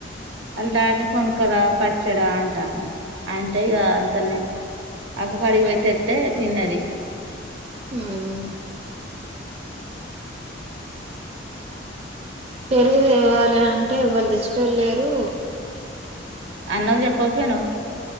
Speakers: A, on the right; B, on the right.
A: అల్ల డాడిని కొన్కరా పచ్చడ అంటాంది అంటే ఇగ అంతల్నే అక్క కడిగివోయ్ తెత్తే తిన్నది
B: ఉహ్మ్ పెరుగు తేవాలే అంటే ఎవ్వలు దెచ్చెటోళ్ళు లేరు
A: అన్నకు జెప్పకపోయినవ్